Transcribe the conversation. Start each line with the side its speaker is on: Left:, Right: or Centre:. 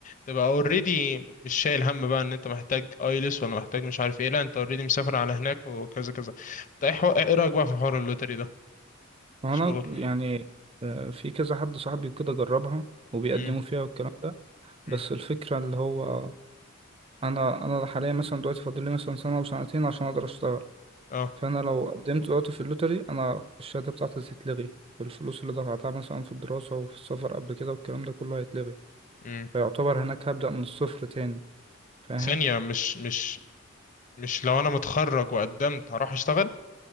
Left: تبقى اوريدي مش شايل هم بقى ان انت محتاج ايلس ولا محتاج مش عارف ايه لا انت اوريدي مسافر على هناك وكذا كذا انت ايه حو- إيه رايك بقى في حوار اللوتري ده
Right: ما انا
Left: شغل
Right: يعني آه، في كذا حد صاحبي كده جربها وبيقدموا
Left: امم
Right: فيها والكلام ده بس
Left: امم
Right: الفكرة اللي هو انا انا حاليا مثلا دلوقتي فاضل لي مثلا سنة او سنتين عشان اقدر اشتغل
Left: اه
Right: فانا لو قدمت دلوقتي في اللوتري انا الشهادة بتاعتي هتتلغي الفلوس اللي دفعتها مثلا في الدراسة وفي السفر قبل كده والكلام ده كله هيتلغي
Left: امم
Right: فيعتبر هناك هبدأ من الصفر تاني فاهم
Left: ثانية مش مش مش لو انا متخرج وقدمت هروح اشتغل